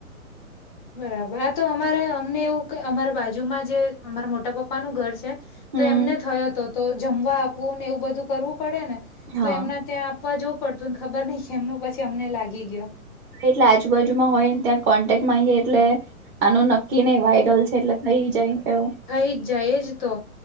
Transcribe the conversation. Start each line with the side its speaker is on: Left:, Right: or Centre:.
Left: બરાબર આ તો અમારે અમને એવું કે અમારા બાજુમાં જે અમારા મોટા પપ્પાનું ઘર છે
Right: હમ.
Left: તો એમને થયો હતો તો જમવા આપવું ને એવું બધું કરવું પડે ને
Right: હા
Left: તો એમના ત્યાં આપવા જવું પડતું ને ખબર નહ કે એમનું પછી અમને લાગી ગયો
Right: એટલે આજુબજુમાં હોય ને ત્યાં કોન્ટેક માં આવીએ એટલે આનું નક્કી નહ વાયરલ છે એટલે થઈ જાય એવું
Left: થઈ જ જાય એ જ તો